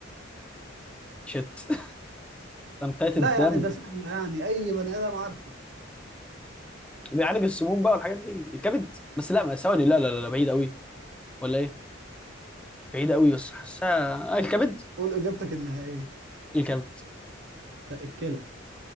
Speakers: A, in the centre; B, on the right (about 60°).
A: شت <laughs> تنقية
B: لا
A: الدم
B: يعني ده سهل يعني أي بني آدم عارفه
A: بيعالج السموم بقى والحاجات دي الكبد بس لا ما ثواني لا لا لا لا، بعيد قوي ولا ايه بعيد قوي بس حاسها آه الكبد
B: قول إجابتك النهائية
A: الكبد
B: لا الكلى